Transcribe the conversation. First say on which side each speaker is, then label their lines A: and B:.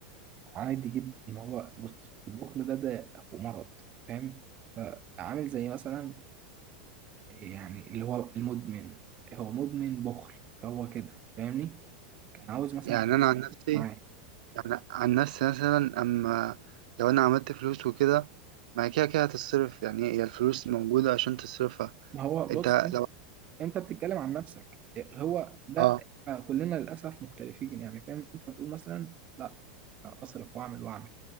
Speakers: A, on the right; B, on the right.
A: عادي جدا ان هو بص البخل ده ده هو مرض فاهم فعامل زي مثلا يعني اللي هو المدمن هو مدمن بخل فهو كده فاهمني كان عاوز مثلا
B: يعني
A: فلوس
B: أنا عن نفسي
A: معاه
B: يعني عن نفسي مثلا أما لو أنا عملت فلوس وكده ما هي كده كده هتتصرف يعني هي الفلوس موجودة عشان تصرفها
A: ما هو بص
B: أنت لو
A: انت بتتكلم عن نفسك هو ده
B: اه
A: آه، كلنا للاسف مختلفين يعني فاهم انت بتقول مثلا لا اصرف واعمل واعمل